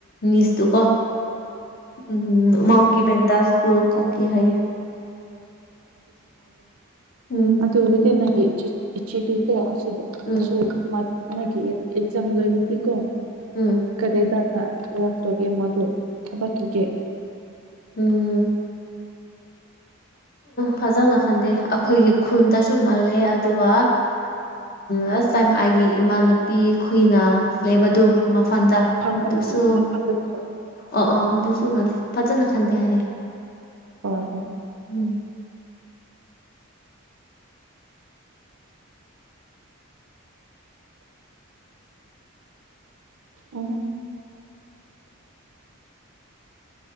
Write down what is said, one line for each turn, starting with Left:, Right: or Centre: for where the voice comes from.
Left: ꯃꯤꯁꯇꯨꯀꯣ ꯎꯝ ꯃ‌‌ꯣꯝꯒꯤ ꯄ‌ꯦꯟꯗꯥꯁ ꯁ꯭ꯀꯨꯜ <inaudible> ꯀ ꯍꯥꯏꯌꯦꯌꯦ ꯎꯝ
Right: ꯔꯗꯤ ꯏꯀꯦ
Left: ꯎꯝ
Right: ꯃꯥꯒꯤ ꯑꯦꯛ-ꯑꯦꯛꯖꯝ ꯂꯣꯏꯕꯗꯤ ꯀꯣ
Left: ꯎꯝ
Right: ꯀꯔꯤꯗꯔꯥ ꯑꯣꯛꯇꯨꯒꯤ ꯃꯗꯨ ꯊꯕꯛꯇꯨꯒꯤ
Left: ꯎꯝ ꯐꯥꯖꯉ ꯈꯟꯗꯦ ꯑꯩꯈꯣꯏꯒꯤ ꯈꯨꯟꯗꯁꯨ ꯃꯥꯜꯂꯦ ꯑꯗꯨꯒ ꯂꯥꯁ ꯇꯥꯏꯝ ꯑꯩꯒꯤ ꯏꯃꯥꯟ ꯅꯨꯨꯄꯤ ꯈꯨꯨꯏꯅ ꯂꯩꯕꯗꯨ ꯃꯐꯜꯗ
Right: ꯐꯝꯕꯒꯤ
Left: ꯑꯗꯨꯁꯨ
Right: ꯃꯐꯝꯗꯨꯀꯣ
Left: ꯑꯣ-ꯑꯣ ꯑꯗꯨꯁꯨ ꯃꯥꯂꯦ ꯐꯖꯅ ꯈꯟꯗꯦ ꯍꯥꯏꯌꯦ
Right: ꯍ ꯍꯣꯏ
Left: ꯎꯝ
Right: ꯎꯝ